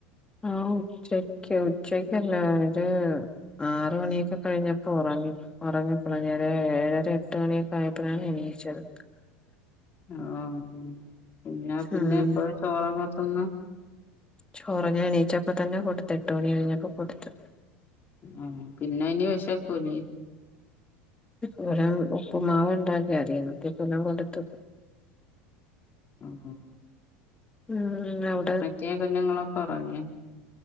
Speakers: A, on the left (about 15°); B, on the left (about 35°).
A: ആഹ് ഉച്ചക്കിയോ ഉച്ചയ്ക്കല്ല ഒര് ആറ് മണിയൊക്കെ കഴിഞ്ഞപ്പോ ഉറങ്ങി ഉറങ്ങിയപ്പൊളാ ഞാന് ഏഴര എട്ട് മണിയൊക്കെ ആയപ്പോഴാണ് എണീയിച്ചത്
B: ആഹ് എന്നാ പിന്നെ
A: ഉം
B: എപ്പഴാ ചോറക്കത്തിന്നെ
A: ചോറ് ഞാന് എണീച്ചപ്പോ തന്നെ കൊടുത്ത് എട്ട് മണി കഴിഞ്ഞപ്പോ കൊടുത്ത്
B: ആഹ് പിന്നെ ഇനി വെശകൂലെ
A: ഇവിടെ ഉപ്പ് മാവ് ഉണ്ടാക്കി അതീന്ന് ഇത്തിരി തിന്നാൻ കൊടുത്തു
B: ഉം ഉം
A: <unintelligible>
B: മറ്റേ കുഞ്ഞുങ്ങളൊക്കെ ഉറങ്ങിയോ